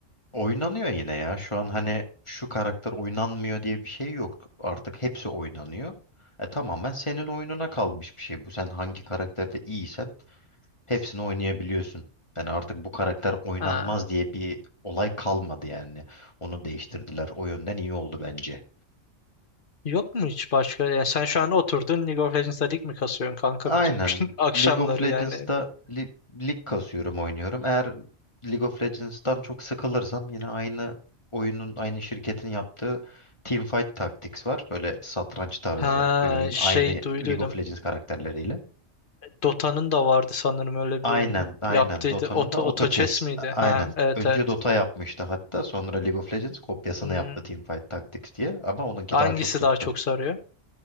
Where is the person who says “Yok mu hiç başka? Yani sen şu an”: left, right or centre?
Left